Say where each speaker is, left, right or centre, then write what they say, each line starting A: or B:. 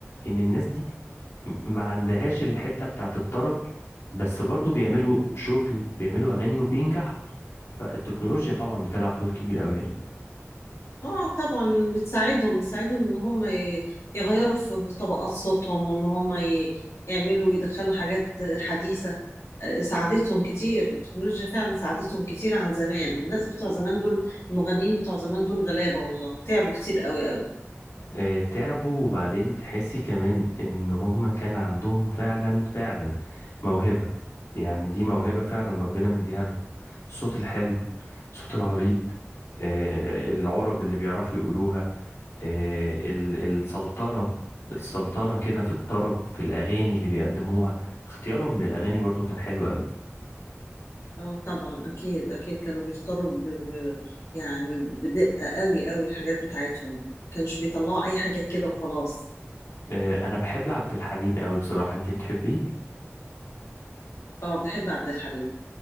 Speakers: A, on the left; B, on the left.
A: ان الناس دي ما عندهاش الحته بتاعت الطرب بس برضو بيعملوا شغل بيعملوا اغاني وبينجحوا فالتكنولوجيا طبعا بتلعب دور كبير قوي هنا
B: اه طبعا بتساعدهم بتساعدهم ان هم ي- يغيروا في طبقات صوتهم وان هم ي- يعملوا يدخلوا حاجات حديثة آه، ساعدتهم كتير التكنولوجيا فعلا ساعدتهم كتير عن زمان الناس بتوع زمان دول المغنيين بتوع زمان دول غلابة والله تعبوا كتير قوي قوي
A: آه، تعبوا وبعدين تحسي كمان ان هما كان عندهم فعلا فعلا موهبة يعني دي موهبة فعلا ربنا مديها لهم الصوت الحلو الصوت العريض آه، العرب اللي بيعرفوا يقولوها آه، ال- السلطنة السلطنة كده في الطرب في الأغاني اللي بيقدموها اختيارهم للأغاني برضو كان حلو قوي
B: اه طبعا اكيد اكيد كانوا بيختاروا ب... ب... يعني بدقة قوي قوي الحاجات بتاعتهم كانش بيطلعوا اي حاجة كده وخلاص
A: آه، أنا بحب عبد الحليم قوي بصراحة أنت بتحبيه؟
B: اه بحب عبد الحليم